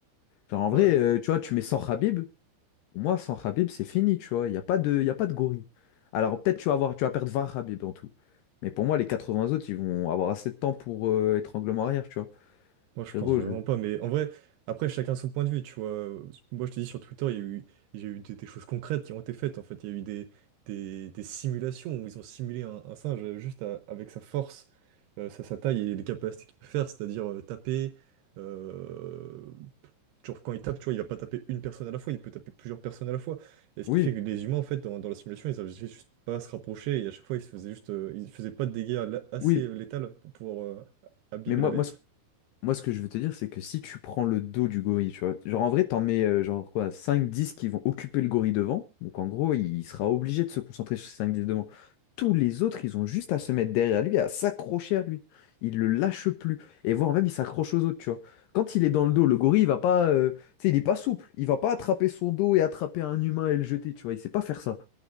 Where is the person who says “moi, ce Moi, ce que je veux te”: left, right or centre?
Left